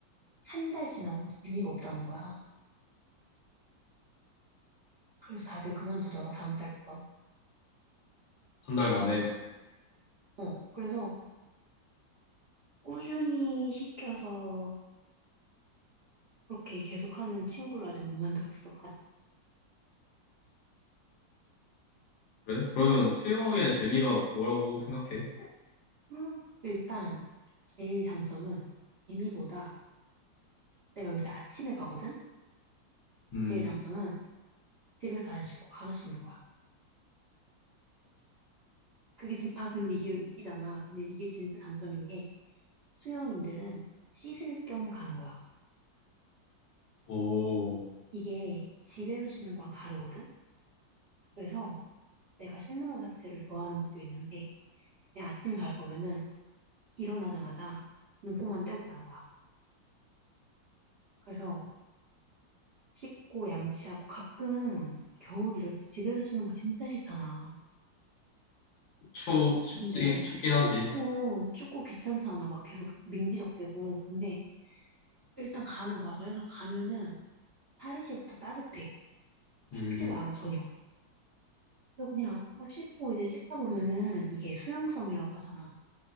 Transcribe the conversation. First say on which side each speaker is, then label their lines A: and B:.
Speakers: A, on the right; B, on the left.
A: 한 달 지나고 재미가 없다는 거야. 그래서 다들 그만두더라 다음 달부터.
B: 한 달 만에.
A: 어, 그래서 꾸준히 시켜서 그렇게 계속하는 친구를 아직 못 만들었어. 아직.
B: 그래? 그러면 수영의
A: 응.
B: 재미가 뭐라고 생각해?
A: 음, 일단 제일 장점은 재미보다 내가 요새 아침에 가거든?
B: 음,
A: 제일 장점은 집에서 안 씻고 가서 씻는 거야. 그게 진, 아, 근데 이게 웃기잖아. 근데 이게 진짜 장점인 게 수영인들은 씻을 겸 가는 거야.
B: 오.
A: 이게 집에서 씻는 거랑 다르거든? 그래서 내가 씻는 거 자체를 좋아하는 것도 있는데 그냥 아침에 갈 거면은 일어나자마자 눈곱만 떼고 가는 거야. 그래서 씻고 양치하고 가끔 겨울 이럴 때 집에서 씻는 거 진짜 싫잖아.
B: 추, 춥긴,
A: 근데
B: 춥긴 하지.
A: 춥고 춥고 귀찮잖아. 막 계속 민기적대고. 근데 일단 가는 거야. 그래서 가면은 탈의실부터 따뜻해. 춥지가
B: 음,
A: 않아 전혀. 그래서 그냥 막 씻고 이제 씻다 보면은 이게 수용성이라고 하잖아.